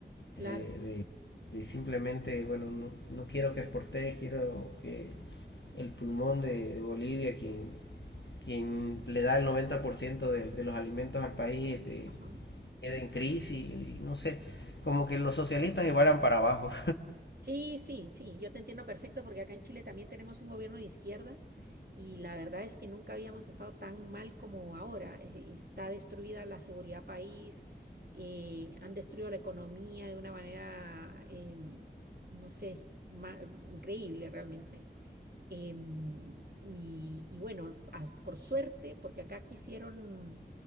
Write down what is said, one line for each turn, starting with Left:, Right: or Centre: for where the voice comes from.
Right: claro.
Left: eh, de, de, simplemente, bueno, no, no quiero que exportes, quiero que el pulmón de, de, Bolivia, quien, quien le da el 90% de, de los alimentos al país, este,
Right: Ajá.
Left: quede en crisis, y, no sé, como que los socialistas igualan para abajo,
Right: Sí, sí, sí, yo te entiendo perfecto porque acá en Chile también tenemos un gobierno de izquierda y la verdad es que nunca habíamos estado tan mal como ahora. E- Está destruida la seguridad país, eh, han destruido la economía de una manera, em, no sé, ma- increíble realmente. Em, y, y bueno, a- por suerte, porque acá quisieron